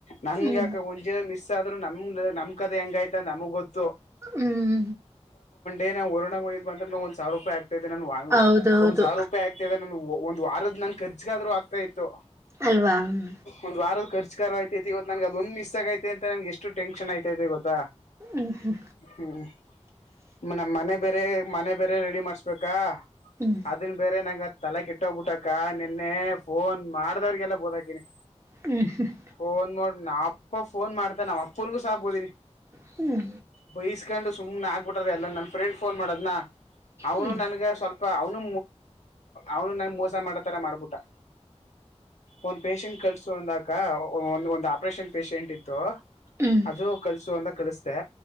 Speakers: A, on the left; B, on the right.
A: ನಂಗ್
B: ಹ್ಮ್
A: ಯಾಕೋ <unintelligible> ಆದ್ರೂ ನಮ್ದ ನಮ್ ಕದ ಹೆಂಗಾಯ್ತ ನಮಗ್ ಗೊತ್ತು
B: ಹ್ಮ್
A: ಏ ನಾ ವರುಣ ಹೋಗಿದ್ ಬಂದ್ರ ನು ಒಂದ್ ಸಾವಿರ ರೂಪಾಯಿ ಆಗ್ತಾಯಿತೇ ನನ್
B: ಹೌದೌದು
A: <unintelligible> ಒಂದ್ ಸಾವಿರ ರೂಪಾಯಿ ಆಗ್ತಿದೆ ಒಂದು ವಾರದ್ ನನ್ ಖರ್ಚಗಾದೂ ಆಗ್ತಾ ಇತ್ತು
B: ಅಲ್ವಾ ಹ್ಮ್
A: ಒಂದ್ ವಾರದ ಖರ್ಚಗರು ಆಯ್ತ ನಂಗ್ ಅದೊಂದು ಮಿಸ ಆಗೈತೆ ಅಂತ ನನ್ಗೆ ಎಷ್ಟುಟೆನ್ ಆಯತೈತೆ ಗೊತ್ತ
B: ಹ್ಮ್ ಹ್ಮ್
A: ಹ್ಮ್ ನಮ್ ಮನೆ ಎ ಬೇರೆ ಮನೆ ಬೇರೆ ರೆಡಿ ಮಾಡ್ಸಬೇಕಾ
B: ಹ್ಮ್ ಹ್ಮ್
A: ಅದನ್ ಬೇರೆ ನಂಗ ತಲೆ ಕೆಟ್ಟೋಗ್ಬಿಟ್ಟಕ್ಕ ನಿನ್ನೆ ಫೋನ್ ಮಾಡ್ದವ್ರಿಗೆಲ್ಲ ಬೂದಾಕಿನಿ
B: ಹ್ಮ ಹ್ಮ್
A: ಫೋನ್ ಮಾಡೋ ನಾ ಅಪ್ಪ ಫೋನ್ ಮಾಡ್ತಾ ನಾವ್ ಅಪ್ಪನಿಗೂ ಸಹ ಬೋದಿನಿ
B: ಹ್ಮ್ ಹ್ಮ್
A: ಬೈಸ್ಕೊಂಡು ಸುಮ್ನೆ ಆಗ್ಬಿಟ್ರ ಎಲ್ಲ ನನ್ ಫ್ರೆಂಡ್ ಫೋನ್ ಮಾಡದ್ನ ಅವನು
B: ಹ್ಮ್
A: ನನ್ಗ ಸ್ವಲ್ಪ ಅವನು ಅವನು ನನ್ ಮೋಸ ಮಾಡತರ ಮಾಡ್ಬುಟ್ಟಾ ಒಂದ್ ಪಷೆಂಟ್ ಕಲ್ಸು ಅಂದಕ ಒ ಒಂದ್ ಆಪರೇಷನ್ ಪೇಶಷೆಂಟ್ ಇತ್ತು
B: ಹ್ಮ್
A: ಅದು ಕಲ್ಸ ಅಂದ ಕಳಿಸ್ದೆ